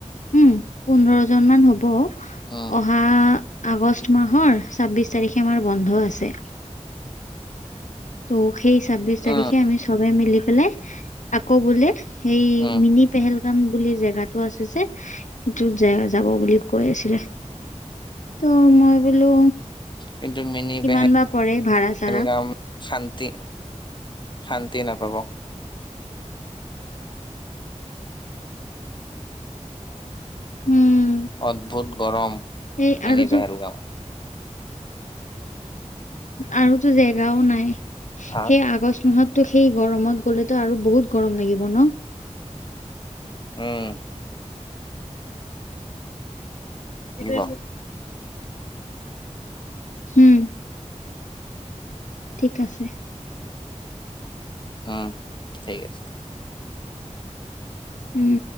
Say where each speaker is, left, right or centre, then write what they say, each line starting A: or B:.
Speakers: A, on the left; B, on the left.
A: উম, পোন্ধৰ জন মান হ'ব।
B: উম
A: অহা আগষ্ট মাহৰ ছাব্বিশ তাৰিখে আমাৰ বন্ধ আছে। ত' সেই ছাব্বিশ তাৰিখে
B: উম
A: আমি চবে মিলি পেলাই আকৌ বোলে সেই
B: উম
A: মিনিট। পেহেলগাম বুলি জেগাতটো আছে যে, সেইটোত য যাব বুলি কৈ আছিলে। তো মই বোলো।
B: কিন্ত মিনি
A: কিমান
B: বেহে
A: বা পৰে ভাড়া চাড়া
B: গাম। শান্তি শান্তি নাপাব।
A: উম
B: অদ্ভুত গৰম
A: এই
B: মিনি
A: আৰুতো
B: পেহেলগাম।
A: আৰুতো জেগাও নাই, সেই
B: হা
A: আগষ্ট মাহত। ত সেই গৰমত গ'লেতো আৰু বহুত গৰম লাগিব ন।
B: উম। লাগিব
A: এইটো। উম। ঠিক আছে।
B: উম ঠিক আছে।
A: উম।